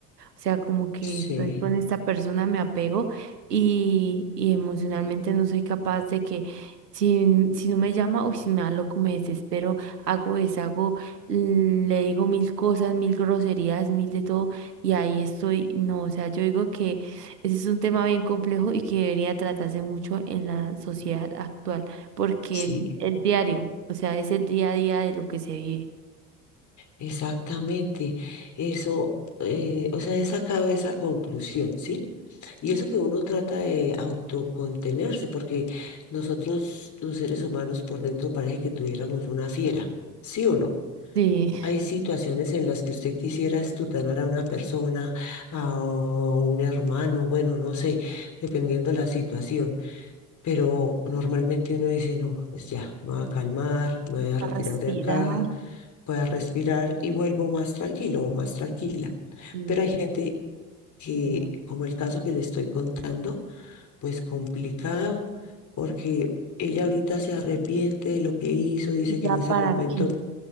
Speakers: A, on the right; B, on the left.
A: O sea, como que
B: Sí,
A: estoy con esta persona, me apego y, y emocionalmente no soy capaz de que si, si no me llama o si me da loco, me desespero, hago, deshago, mm, le digo mil cosas, mil groserías, mil de todo y ahí estoy. No, o sea, yo digo que ese es un tema bien complejo y que debería tratarse mucho en la sociedad actual porque
B: sí.
A: el, el diario, o sea, es el día a día de lo que se vive.
B: Exactamente, eso, eh, o sea, he sacado esa conclusión, ¿sí? Y eso que uno trata de autocontenerse, porque nosotros los seres humanos por dentro parece que tuviéramos una fiera, ¿sí o no?
A: Sí,
B: Hay situaciones en las que usted quisiera estutanar a una persona, a un hermano, bueno, no sé, dependiendo la situación pero normalmente uno dice, no, pues ya, me voy a calmar, me voy a retirar
A: a respirar
B: de acá, voy a respirar y vuelvo más tranquilo o más tranquila.
A: y,
B: Pero hay gente que,
A: ya
B: como el caso que le estoy contando, pues complicado, porque ella ahorita se arrepiente de lo que hizo, dice
A: y ya
B: que en ese
A: para
B: momento
A: qué.